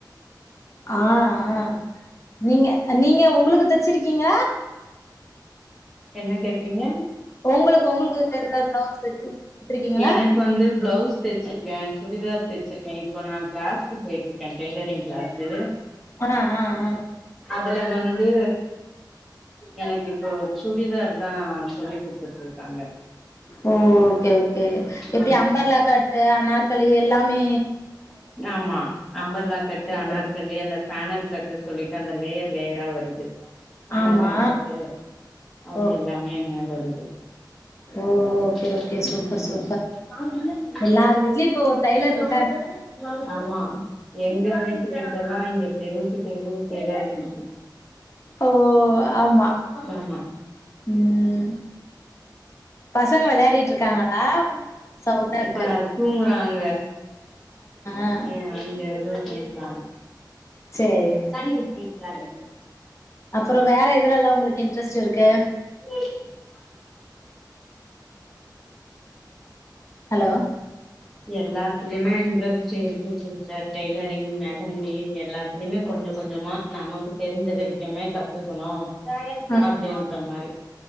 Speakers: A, on the left; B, in the centre.
A: ஆ ஆ நீங்க நீங்க உங்களுக்கு தச்சிருக்கீங்க
B: என்ன கேக்குறீங்க
A: உங்களுக்கு உங்களுக்கு ஏதாவது பிளவுஸ் தச்சு குடுத்துருக்கீங்களா
B: எனக்கு வந்து ப்ளவ்ஸ் தச்சிருக்க சுடிதார் தச்சிருக்கே இப்போ நா க்ளஸ்க்கு போய்ட்ருக்க டெய்லரிங் க்ளஸ்சு
A: ஆ ஆ ஆ
B: அதுல வந்து எனக்கு இப்போ சுடிதார் தா சொல்லி குடுத்துட்ருக்காங்க
A: ஓ ஓகே ஓகே எப்டி
B: ஆமா
A: அம்பர்லா கட்டு அனார்கலி எல்லாமே
B: ஆமா அம்பர்லா கட்டு
A: ஓகே
B: அனார்கலி அந்த பனல் கட்டு சொல்லிட்டு அந்த லேயர் லேயரா வருது அந்த
A: ஆமா
B: மாரி கட்டு அது
A: ஓ
B: எல்லாமே வருது ம்
A: ஓகே ஓகே சூப்பர் சூப்பர் எல்லார் வீட்லயு இப்போ ஒரு டைலர் இருக்காங்க
B: ஆமா எங்க வீட்டு கிட்டல்லா இங்க தெருவுக்கு தெருவு டெய்லரிங் மிஷின்
A: ஓ ஆமா
B: ஆமா
A: ம் பசங்க விளையாடிட்டு இருக்காங்களா சவ்ண்டார்க்கு
B: இப்ப தூங்குறாங்க
A: ஆ
B: ஏங்க இது வந்துருக்காங்க
A: சேரி
B: தண்ணி விக்கி வச்சுடாதிங்க
A: அப்பற வேற எதுல எல்லா உங்களுக்கு இன்ட்ரஸ்ட் இருக்கு
B: ம்
A: ஹலோ
B: எல்லாத்துலயுமே இன்ட்ரெஸ்ட் இருக்கு சிஸ்டர் டெய்லரிங் மெகந்தி எல்லாத்துலயுமே கொஞ்ச கொஞ்சமா நமக்கு தெரிஞ்ச வரைக்குமே கத்துக்கணு
A: ஆ
B: அப்டின்ற மாரி